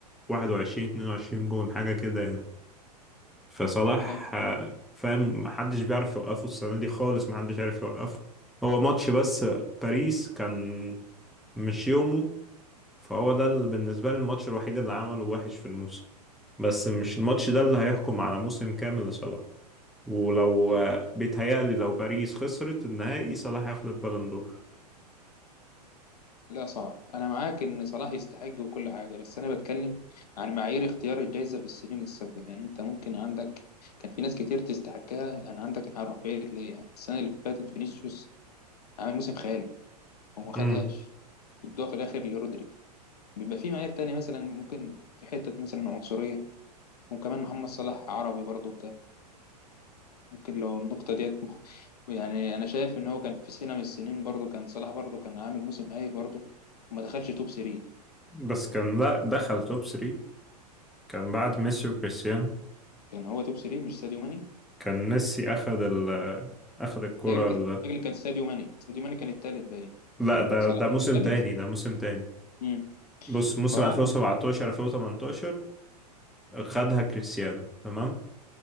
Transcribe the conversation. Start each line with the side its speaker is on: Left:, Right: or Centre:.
Centre: 21 22 جون حاجة كده يعني فصلاح
Left: انا انا
Centre: آه، فاهم محدش بيعرف يوقفه السنة دي خالص محدش عارف يوقفه هو ماتش بس باريس كان مش يومه فهو ده اللي بالنسبة لي الماتش الوحيد اللي عمله وحش في الموسم بس مش الماتش ده اللي هيحكم على موسم كامل لصلاح ولو
Left: أنا-
Centre: آه، بيتهيألي لو باريس خسرت النهائي صلاح هياخد البالون دور
Left: لا صعب انا معاك ان صلاح يستحق وكل حاجه بس انا بتكلم عن معايير اختيار الجائزه في السنين السابقه يعني انت ممكن عندك كان في ناس كتير تستحقها يعني عندك هروح بعيد ليه السنه اللي فاتت فينيسيوس عامل موسم خيالي وما خدهاش
Centre: امم
Left: بيدوها في الاخر لرودري بيبقى في معايير تانية مثلا ممكن في حته مثلا عنصريه وكمان محمد صلاح عربي برضه ممكن لو النقطة ديت <laughs> م- يعني أنا شايف إن هو كان في سنة من السنين برضه كان صلاح برضه كان عامل موسم هايل برضه وما دخلش توب 3
Centre: بس
Left: يعني
Centre: كان لا دخل توب 3 كان بعد ميسي وكريستيانو
Left: كان هو توب 3 مش ساديو ماني
Centre: كان ميسي أخد ال أخد الكرة
Left: تاجل كان
Centre: ال...
Left: تاجل كان ساديو ماني ساديو ماني كان التالت باين
Centre: لا
Left: يعني
Centre: ده
Left: صلاح
Centre: ده موسم
Left: كان
Centre: تاني
Left: التالت
Centre: ده موسم تاني
Left: امم
Centre: بص موسم
Left: فهو
Centre: 2017
Left: أنا
Centre: 2018 خدها كريستيانو تمام